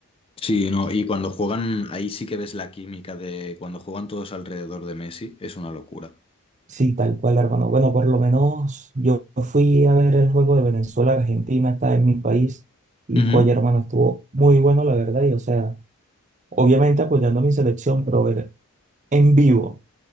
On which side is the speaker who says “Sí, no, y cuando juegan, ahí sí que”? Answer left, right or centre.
Left